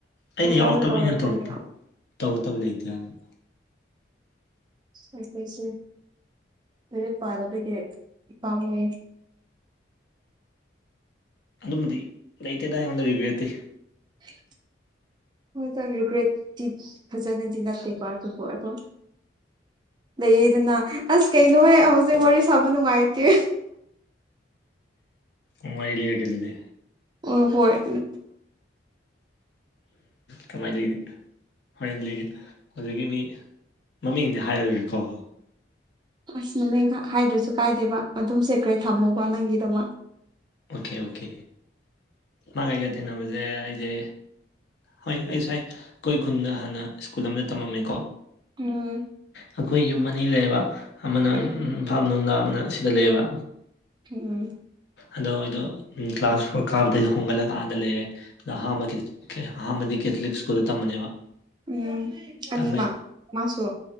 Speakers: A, on the left; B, on the right.
A: ꯑꯩꯅ
B: ꯐꯖꯅ
A: ꯌꯥꯎꯔꯛꯇꯕ
B: ꯇꯧꯔꯛꯀꯦꯕ
A: ꯑꯩꯅ ꯇꯧꯔ ꯇꯧꯔꯛꯇꯕ ꯂꯩꯇꯦ ꯍꯥꯏꯕ
B: ꯑꯦ <unintelligible> ꯂꯥꯏꯔꯤꯛ ꯄꯥꯔꯥꯗꯤ ꯄꯥꯝꯃꯨꯏ
A: ꯑꯗꯨꯝꯕꯗꯤ ꯂꯩꯇꯦꯗ ꯑꯩꯉꯣꯟꯗꯗꯤ ꯔꯤꯒ꯭ꯔꯦꯠꯇꯤ
B: <unintelligible> ꯍꯣꯏꯗ ꯔꯤꯒ꯭ꯔꯦꯠꯇꯤ ꯐꯖꯅꯗꯤ ꯅꯠꯇꯦꯕ ꯑꯗꯨꯕꯨ ꯑꯗꯨꯝ ꯂꯩꯌꯦꯗꯅ ꯑꯁ ꯀꯩꯅꯣꯍꯦ ꯍꯧꯖꯤꯛ ꯋꯥꯔꯤ ꯁꯥꯕ ꯅꯨꯡꯉꯥꯏꯇꯦ
A: ꯎꯝ ꯋꯥꯔꯤ ꯂꯩꯔꯛꯀꯦ ꯑꯗꯨꯗꯤ
B: ꯍꫭꯏ ꯍꯣꯏ ꯎꯝ
A: ꯀꯃꯥꯏꯅ ꯂꯩꯗꯣꯏꯅꯣ ꯋꯥꯔꯤ ꯂꯤꯒꯦ ꯍꯧꯖꯤꯛꯀꯤ ꯃꯤ ꯃꯃꯤꯡꯗꯤ ꯍꯥꯏꯔꯣꯏꯒꯦꯀꯣ
B: ꯑꯁ ꯃꯃꯤꯡꯒꯥ ꯍꯥꯏꯗ꯭ꯔꯁꯨ ꯀꯥꯏꯗꯦꯕ ꯑꯗꯨꯝ ꯁꯦꯠꯀꯔ꯭ꯦꯠ ꯊꯝꯃꯨꯕ ꯅꯪꯒꯤꯗꯃꯛ
A: ꯑꯣꯀꯦ ꯑꯣꯀꯦ ꯃꯥꯒꯥ ꯑꯩꯒꯥ ꯊꯦꯡꯅꯕꯁꯦ ꯑꯩꯁꯦ ꯍꯣꯏ ꯑꯩ ꯁ꯭ꯥꯏ ꯑꯩꯈꯣꯏ ꯈꯨꯟꯗ ꯍꯥꯟꯅ ꯏꯁ꯭ꯀꯨꯜ ꯑꯃꯗ ꯇꯝꯃꯝꯃꯦꯀꯣ
B: ꯎꯝ
A: ꯑꯩꯈꯣꯏ ꯌꯨꯝ ꯑꯅꯤ ꯂꯩꯌꯦꯕ ꯑꯃꯅ
B: ꯎꯝ
A: ꯏꯝꯐꯥꯜ ꯃꯅꯨꯡꯗ ꯑꯃꯅ ꯁꯤꯗ ꯂꯩꯌꯦꯕ
B: ꯎꯝ
A: ꯑꯗꯣ ꯑꯩꯗꯣ ꯀ꯭ꯂꯥꯁ ꯐꯣꯔ ꯀꯥꯕꯗꯩ ꯍꯣꯡꯒꯠꯂꯒꯥ ꯑꯥꯗ ꯂꯩꯔꯦ ꯑꯍꯥꯟꯕꯒꯤ ꯑꯍꯥꯟꯕꯗꯤ ꯀꯦꯊꯣꯂꯤꯛ ꯏꯁ꯭ꯀꯨꯜꯗ ꯇꯝꯕꯅꯦꯕ
B: ꯎꯝ ꯑꯅꯤꯃꯛ
A: ꯇꯝꯃꯦ
B: ꯃꯥꯁꯨ